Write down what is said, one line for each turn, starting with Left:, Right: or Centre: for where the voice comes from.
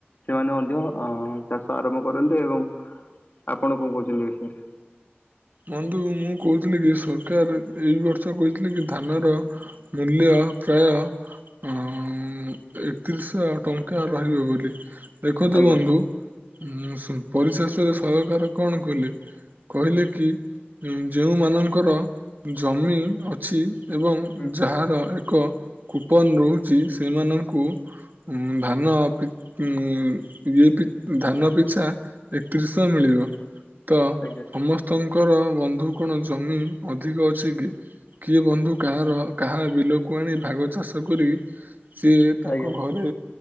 Left: ସେମାନେ ମଧ୍ୟ ଅ ଚାଷ ଆରମ୍ଭ କରନ୍ତେ ଏବଂ ଆପଣ କଣ କହୁଛନ୍ତି ବିଷୟରେ?
Right: ବନ୍ଧୁ ମୁଁ କହୁଥିଲି କି ସରକାର ଏଇ ବର୍ଷ କହିଥିଲେ କି ଧାନର ମୂଲ୍ୟ ପ୍ରାୟ ଅଁ ଏକତିରିଶହ ଟଙ୍କା ରହିବ ବୋଲି। ଦେଖନ୍ତୁ
Left: ଆଜ୍ଞା
Right: ବନ୍ଧୁ ଉଁ ପରିଶେଷରେ ସରକାର କଣ କଲେ? କହିଲେ କି ଯେଉଁମାନଙ୍କର ଜମି ଅଛି ଏବଂ
Left: ହୁଁ
Right: ଯାହାର ଏକ କୁପନ ରହୁଛି ସେମାନଙ୍କୁ ଧାନ ଉ ଇଏ ଧାନ ପିଛା ଏକତିରିଶହ ମିଳିବ। ତ
Left: ଆଜ୍ଞା
Right: ସମସ୍ତଙ୍କର ବନ୍ଧୁ କଣ ଜମି ଅଧିକ ଅଛି କି? କିଏ ବନ୍ଧୁ କାହାର କାହା ବିଲକୁ ଆଣି ଭାଗ ଚାଷ କରି ସିଏ ତାଙ୍କ
Left: ଆଜ୍ଞା
Right: ଘରେ